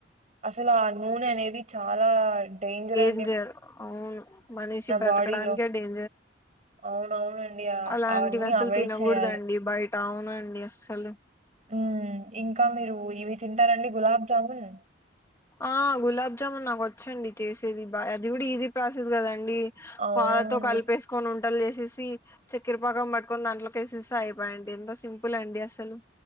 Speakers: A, on the right; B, on the left.
A: అసలు ఆ నూనె అనేది చాలా డేంజర్ అ
B: ంజర్ అవును మనిష బ్రతకడానికే
A: బాడీలో.
B: డేంజర్
A: అవునవునండి ఆ
B: అలాంటివి
A: అవన్నీ
B: అసలు
A: అవాయిడ్
B: తినకూడదండి
A: చేయాలి
B: బయట అవునండి అస్సలు
A: ఉ ఇంకా మీరు ఇవి తింటారండి గులాబ్ జాముూన్
B: ఆ గులాబ్జామున్ నాకు వచ్చండి చేసేది బాయ్ అది కూడా ఈజీ ప్రాసెస్ కదండి డి
A: అవునవునండి
B: పాాలతో కలిపేసుకొని వుండలు చేసేసి చక్క్కరపాకం పట్టుకొని దాంట్లోకిఎసెస్తే అయిపోయెండి ఎంత సింపుల్ అండి అస్సలు